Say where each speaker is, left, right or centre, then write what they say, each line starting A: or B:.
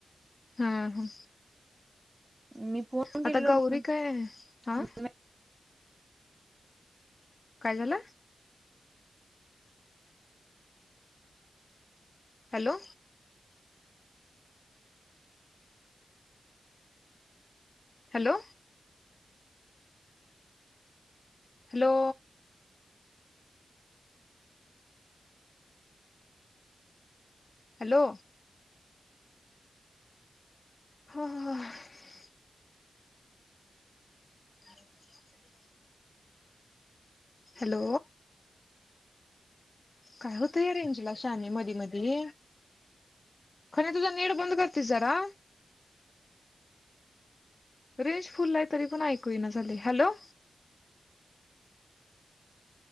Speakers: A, on the left; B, on the right.
A: हा हा
B: मी फोन
A: आता
B: केलेलं
A: गौरी
B: म्हणुन
A: काय हा काय झाल. Hello hello hello hello <unintelligible> <inaudible> hello काय होत या रेंज ला शाने मधी मधी खणि तुझ नेट बंद करतीस जरा. रेंज फुल आहे तरी पण ऐकू येईना झाले हॅलो